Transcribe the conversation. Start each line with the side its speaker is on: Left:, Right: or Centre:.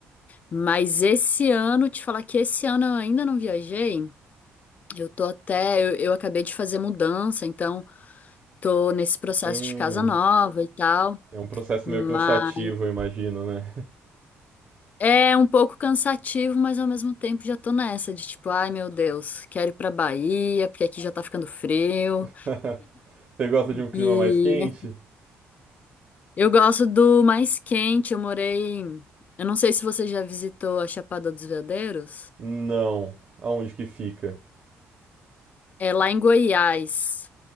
Left: Mas esse ano, te falar que esse ano eu ainda não viajei. Eu tô até, eu, eu acabei de fazer mudança, então Tô nesse processo
Right: Hum,
Left: de casa nova e tal,
Right: é um processo
Left: mas
Right: meio cansativo, eu imagino, né?
Left: é um pouco cansativo, mas ao mesmo tempo já tô nessa de tipo, ai meu Deus, quero ir pra Bahia, porque aqui já tá ficando frio.
Right: <laughs> Você gosta de um clima
Left: E
Right: mais quente?
Left: eu gosto do mais quente, eu morei, eu não sei se você já visitou a Chapada dos Veadeiros,
Right: Não. Aonde que fica?
Left: é lá em Goiás.